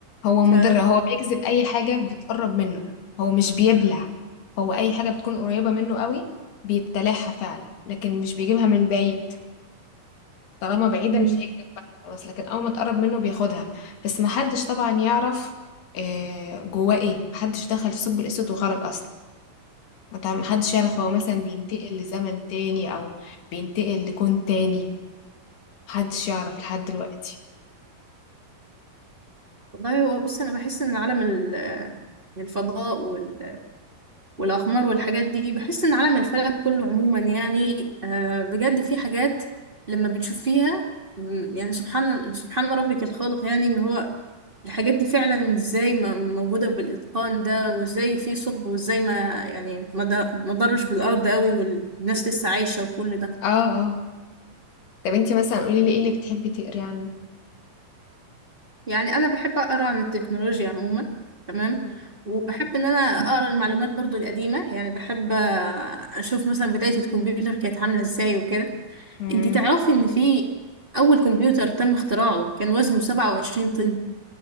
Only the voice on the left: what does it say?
هو
مضر هو بيجذب أي حاجة بتقرب منه هو مش بيبلع هو أي حاجة بتكون قريبة منه قوي بيبتلعها فعلا لكن مش بيجيبها من بعيد طالما بعيدة
مش هيجي جنبها خلاص لكن أول ما تقرب منه بياخدها بس محدش طبعا يعرف آه، جواه ايه محدش دخل في ثقب الأسود وخرج أصلا مت- محدش يعرف هو مثلا بينتقل لزمن تاني أو بينتقل لكون تاني محدش يعرف لحد دلوقتي
اه اه طب انتي مثلا قولي لي ايه اللي بتحبي تقري عنه
مهم.
مم.